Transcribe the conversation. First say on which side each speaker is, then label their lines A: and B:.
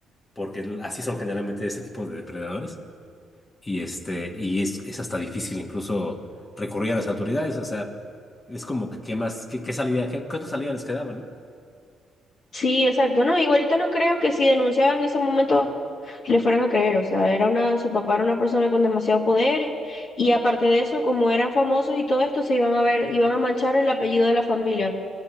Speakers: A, on the left; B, on the left.
A: porque así son generalmente ese tipo de depredadores, y este, y es, es hasta difícil incluso recurrir a las autoridades, o sea, es como que qué más, qué, qué salida, qué, qué otra salida les quedaba, ¿no?
B: Sí, exacto. No, igualito no creo que si denunciaban en ese momento le fueran a creer. O sea, era una, su papá era una persona con demasiado poder y aparte de eso, como eran famosos y todo esto, se iban a ver, iban a manchar el apellido de la familia,